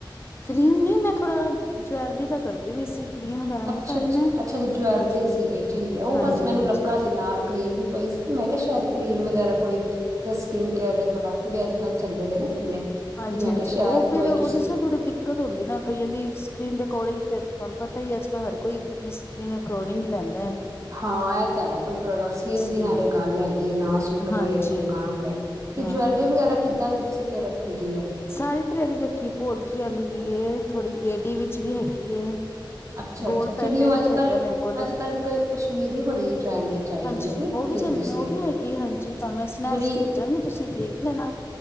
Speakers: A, on the left; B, on the right.
A: ਕਰੀਮ ਨੀ ਮੈਂ ਥੋੜਾ ਜਵੈਲਰੀ ਦਾ ਕਰਦੀ ਵੀਈ ਸੀ ਕਰੀਮ ਵਗੈਰਾ ਨਹੀਂ
B: ਅੱਛਾ
A: ਪਾਈ
B: ਅੱਛਾ
A: ਮੈਂ
B: ਅੱਛਾ ਅੱਛਾ ਜਵੈਲਰੀ
A: ਹਾਂਜੀ
B: ਸੀਗੀ ਠੀਕ ਹੈ ਉਹ
A: ਹਾਂਜੀ
B: ਬਸ ਮੈਨੂੰ
A: ਹਾਂਜੀ
B: ਲੱਗਾ ਸੀ ਨਾਲ ਕਰੀਮ ਵੀ ਪਈ ਸੀ ਨਾ ਮੈਂ ਕਿਹਾ ਸ਼ਾਇਦ ਕਰੀਮ ਵਗੈਰਾ ਕੋਈ ਜਾਂ ਸਕਿਨ ਕੇਅਰ ਦੇ ਪ੍ਰੋਡਕਟ ਵੀ ਅੱਜ ਕੱਲ ਚੱਲੇ ਦੇ ਨਾ ਕਿੰਨੇ
A: ਹਾਂਜੀ
B: ਤੇ ਮੈਂ
A: ਹਾਂਜੀ
B: ਕਿਹਾ ਸ਼ਾਇਦ
A: ਉਹ ਫਿਰ
B: ਕੋਈ
A: ਉਹਦੇ
B: ਤੁਸੀਂ
A: ਨਾ ਥੋੜੀ ਦਿੱਕਤ ਹੁੰਦੀ ਨਾ ਕਈਆਂ ਦੀ ਸਕਿੰਨ ਦੇ ਅਕੋਰਡਿੰਗ ਫਿਰ ਤੁਹਾਨੂੰ ਪਤਾ ਪ ਹੀ ਅੱਜ ਕੱਲ ਹਰ ਕੋਈ ਆਪਣੀ ਸਕਿੰਨ ਦੇ ਅਕੌਰਡਿੰਗ ਹੀ ਲਾਉਦਾ
B: ਹਾਂ ਇਹ ਤਾਂ ਹੈ ਕੋਈ ਪ੍ਰੋਡਕਸ
A: ਇਸ ਲਈ
B: ਨਾਲੇ ਗੱਲ ਹੈਗੀ ਹੈ ਨਾ ਸੂਟ
A: ਹਾਂਜੀ
B: ਪਏ ਪੰਗਾਂ ਪਏ ਤੇ
A: ਹਾਂ
B: ਜਵੈਲਰੀ ਵਗੈਰਾ ਕਿੱ ੱਦਾਂ ਦੀ ਤੁਸੀਂ ਫੇ ਰੱਖੀ ਦੀ ਹੈ
A: ਸਾਰੇ ਤਰਾਂ ਦੀ ਰੱਖੀ ਭੋਲਕੀ ਵਾਲੀ ਵੀ ਏ ਥੋੜ੍ਹੀ ਏਹ ਲੇਡੀ ਵਿੱਚ ਵੀ ਹੈਗੀ ਏ
B: ਅੱਛਾ
A: ਗੋਲ
B: ਅੱਛਾ
A: ਪੈਟਡ
B: ਜਿਹੜੀ ਉਹ ਅੱਜ
A: ਵੀ ਹੈਗਾ
B: ਕੱਲ
A: ਮੇਰੇ ਕੋਲ
B: ਅੱਜ ਕੱਲ ਕ ਕਸ਼ਮੀਰੀ ਬੜੀ ਟਰੈਂਡ ਚ ਆਈ
A: ਹਾਂਜੀ
B: ਦੀ ਉਹ ਵੀ ਵੇਖ
A: ਚੱਲਦਾ
B: ਤੁਸੀਂ
A: ਉਹ ਵੀ ਹੈਗੀ ਹਾਂਜੀ ਤੁਹਾਨੂੰ ਮੈਂ ਸਨੈਪਸ
B: ਜਿਹੜੀ
A: ਭੇਜਾਂਗੀ ਤੁਸੀਂ ਦੇਖ ਲੈਣਾ